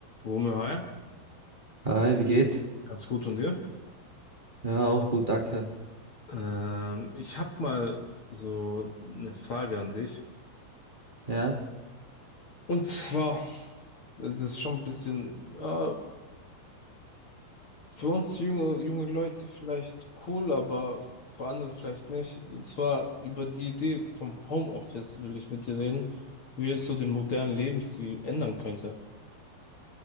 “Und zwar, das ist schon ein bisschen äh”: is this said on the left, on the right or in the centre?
Left